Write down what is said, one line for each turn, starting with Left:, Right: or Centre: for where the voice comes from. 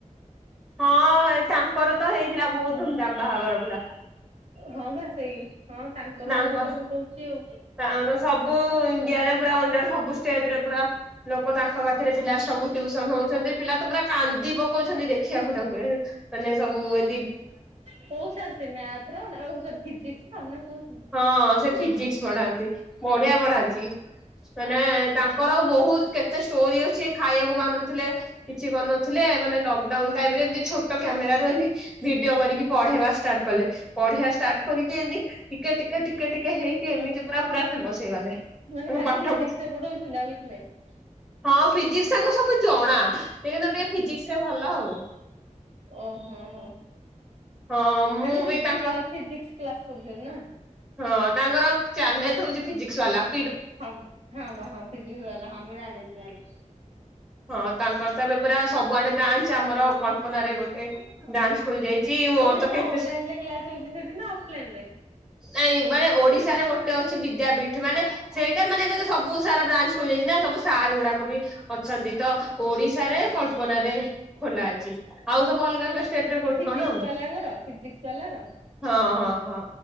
Centre: ହଁ ତାଙ୍କର ତ ହେଇ ଥିଲା ବହୁତ ଧୁମଧାମ ବାହାଘର। ପୁରା।
Right: ହଁ ବା ସେଇ। ହଁ ତାଙ୍କର
Centre: ତାଙ୍କ
Right: ବୋଧେ ସବୁ କହୁଛି ଆଉ।
Centre: ତାଙ୍କର ସବୁ ଇଣ୍ଡିଆରେ ରାଅଣ୍ଡ ସବୁ ଷ୍ଟେଟ୍ ରେ ପୁରା ଲୋକ ତାଙ୍କ ପାଖରେ ପିଲା ସବୁ ଟ୍ୟୁସନ ହଉଛନ୍ତି। ପିଲା ତ ପୁରା କାନ୍ଦି ପକଉଛନ୍ତି ଦେଖିବାକୁ ତାଙ୍କୁ ମାନେ ସବୁ ଏ
Right: କୋଉ ସାର୍ ସେ ମ୍ୟାଥ ର ନା ଓ ସରି ଫିଜିକ୍ସ ର ନା କୋଉ
Centre: ହଁ ସେ ଫିଜିକ୍ସ ପଢାନ୍ତି। ବଢିଆ ପଢାନ୍ତି। ମାନେ ତାଙ୍କର ବହୁତ କେତେ ଷ୍ଟୋରି ଅଛି ଖାଇବାକୁ ପାଉନ ନଥିଲେ କିଛି କରି ନଥିଲେ। ମାନେ ଲକଡାଉନ୍ ଟାଇମରେ ଏମିତି ଛୋ ଟ କ୍ୟାମେରା ରୁ ଏମିତି ଭିଡିଓ କରିକି ପଢେଇବା ଷ୍ଟାର୍ଟ କଲେ। ପଢେଇବା ଷ୍ଟାର୍ଟ କରିକି ଏମତିି ଟିକେ ଟିକେ ଟିକେ ଟିକେ ହେଇକି ଏମିତି ପୁରା ପୁରା ଫେମସ ହେଇଗଲେ।
Right: ମାନେ
Centre: ତାଙ୍କ
Right: ଖାଲି
Centre: ପାଠ
Right: ଫିଜିକ୍ସ ସେ ପଢଉଛନ୍ତି ଆଉ କିଛି ନାହିଁ।
Centre: ହଁ ଫିଜିକ୍ସ ତାଙ୍କୁ ସବୁ ଜଣା। ସେ କିନ୍ତୁ ଟିକେ ଫିଜିକ୍ସ ରେ ଭଲ ଆଉ।
Right: ଓ ହୋ ହୋ।
Centre: ହଁ ମୁଁ
Right: ଖାଲି
Centre: ବି
Right: ଫିିଜିକ୍ସ
Centre: ତାଙ୍କ
Right: କ୍ଲାସ ଫିଜିକ୍ସ କ୍ଲାସ କରୁଛନ୍ତି ନା।
Centre: ହଁ ତାଙ୍କର ଚ୍ୟାନେଲ ହଉଛି ଫିଜି ୱାଲା।
Right: <unintelligible> ହଁ ମୁଁ ଜାଣିଛି ଜାଣିଛି।
Centre: ହଁ ତାଙ୍କର ଏବେ ପୁରା ସବୁଆଡେ ବ୍ରାଞ୍ଚ ଆମର କଳ୍ପନାରେରେ ଗୋଟେ ବ୍ରାଞ୍ଚ ଖୋଲି ଯାଇଛି ମୋର
Right: ମାନେ ସେଟା
Centre: ତ
Right: କଣ
Centre: କେତେ
Right: ଅନଲାଇନ ରେ କ୍ଲାସ ହଉଛି ସେଠି ନା ଅଫଲାଇନ ରେ?
Centre: ନାଇଁ ମାନେ ଓଡି ଶା ରେ ଗୋଟେ ଅଛି ବିଦ୍ୟାପୀଠ ମାନେ ସେଇଟା ମାନେ ଏବେ ତ ସବୁ ସାର ବ୍ରାଞ୍ଚ ଖୋଲିଯାଇଛି ନା ସବୁ ସାର ଗୁଡା। <unintelligible> ଅଛନ୍ତି ତ ଓଡିଶାରେ କଳ୍ପନା ରେ ଖୋଲା ହେଇଛି। ଆଉ ସବୁ ଅଲଗା ଅଲଗା ଷ୍ଟେଟରେ
Right: ଏ
Centre: କୋଉଠି
Right: ଫିଜିକ୍ସ
Centre: କଣ ଆଉ
Right: ବାଲାଙ୍କର ଫିଜିକ୍ସ ବାଲାର
Centre: ହଁ ହଁ ହଁ।